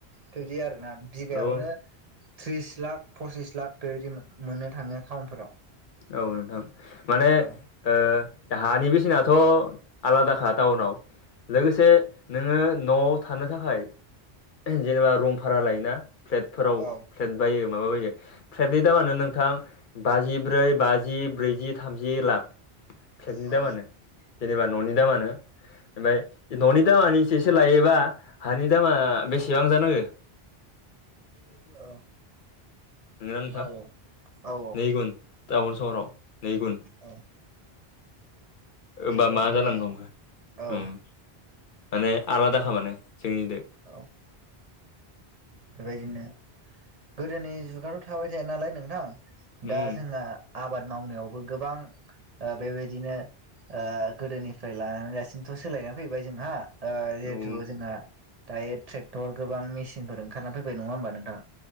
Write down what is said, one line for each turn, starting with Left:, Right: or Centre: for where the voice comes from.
Right: थबायदि आरोना। बिगायावनो
Left: औ
Right: त्रिस लाख पसिस लाख बेबायदि मोननो थाङो टाउनफोराव
Left: औ नोंथां माने
Right: औ
Left: ओ हानि बेसेनाथ' आलादाखा टाउनाव लोगो से नोंङो न'आव थानो थाखाय जेनेबा रुम भारा लायोना फ्लेटफोराव
Right: औ
Left: प्लेट बायो माबा बायो प्लेटनि दामानो नोंथां बाजिब्रै बाजि ब्रैजि थामजि लाख फलेटनि
Right: औ
Left: दामानो जेनेबा न'नि दामानो। ओमफ्राय न'नि दामानि एसेसो लायोबा हानि दामा बेसेबां जानाङो
Right: औ
Left: नंगोना नोंथां
Right: औ औ औ
Left: नै गुन टाउन सहराव नैगुन
Right: औ
Left: होमबा
Right: जोबोद
Left: मा
Right: माने
Left: जालांनो हमो
Right: औ
Left: माने आलादाखा माने जोंनि दो
Right: औ बेबायदिनो गोदोनि जुगाथ' थाबाय थाया नालाय नोंथां
Left: उम
Right: दा जोंहा आबाद मावनायावबो गोबां बेबायदिनो गोदोनिफ्राय लानानै दासिमथ' सोलायना फैबाय जोंहा ओ जिहेथु
Left: नंगौ
Right: जोंहा दायो ट्रेक्टर गोबां मेसिनफोर ओंखारना फैबाय नङा होमबा नोंथां